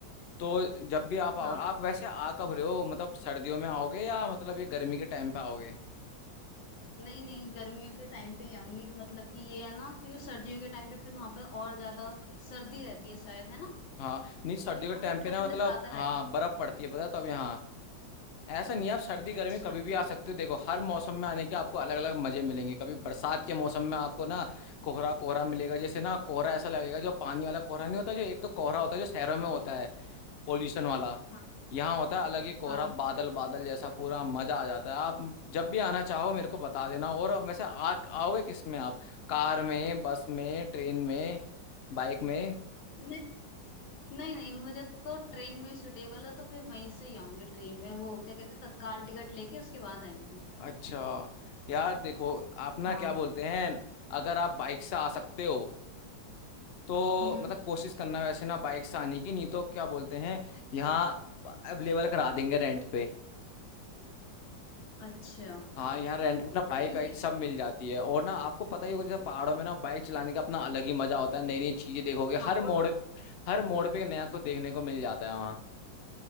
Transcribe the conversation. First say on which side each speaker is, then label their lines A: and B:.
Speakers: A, on the left; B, on the left.
A: तो जब भी आप आओ
B: हाँ
A: आप वैसे आ कब रहे हो मतलब सर्दियों में आओगे या मतलब ये गर्मी के टाइम पे आओगे
B: नहीं नहीं गर्मियों के टाइम पे ही आऊंगी मतलब कि ये है ना क्योंकि सर्दियों के टाइम पे फिर वहां पर और ज्यादा सर्दी रहती है शायद है ना
A: हाँ नहीं सर्दियों
B: क्योंकि यहाँ
A: के टाइम
B: पे
A: पे
B: ठंड
A: ना मतलब
B: ज्यादा
A: हाँ
B: रहती
A: बर्फ पड़ती है पता है तब यहाँ ऐसा नहीं है, आप सर्दी
B: है
A: गर्मी
B: अच्छा
A: कभी भी आ सकते हो देखो हर मौसम में आने के आपको अलग अलग मजे मिलेंगे कभी बरसात के मौसम में आपको ना कोहरा कोहरा मिलेगा जैसे ना कोहरा ऐसा लगेगा जो पानी वाला कोहरा नहीं होता जो एक तो कोहरा होता है जो शहरों में होता है पोल्यूशन वाला
B: हाँ
A: यहाँ होता है अलग ही कोहरा
B: हाँ
A: बादल बादल जैसा पूरा मजा आ जाता है आप जब भी आना चाहो मेरे को बता देना और वैसे आ आओगे किस में आप कार में बस में ट्रेन में बाइक में
B: नहीं नहीं नहीं मुझे तो ट्रेन में सूटेबल है तो फिर वहीं से ही आऊंगी ट्रेन में वो क्या कहते हैं तत्काल टिकट लेके उसके बाद आएंगे
A: अच्छा यार देखो आप ना
B: हाँ
A: क्या बोलते हैं अगर आप बाइक से आ सकते हो तो
B: हम्म
A: मतलब कोशिश करना वैसे ना बाइक से आने की नहीं तो क्या बोलते हैं यहाँ अवेलेबल करा देंगे रेंट पे
B: अच्छा
A: हाँ यहाँ रेंट पे ना बाइक
B: क्योंकि
A: एक सब मिल जाती है और ना आपको पता ही होगा जैसे पहाड़ों में ना बाइक चलाने का अपना अलग ही मजा होता है नई नई चीजें देखोगे
B: हाँ
A: हर
B: वो
A: मोड़ हर मोड़ पे नया कुछ देखने को मिल जाता है वहाँ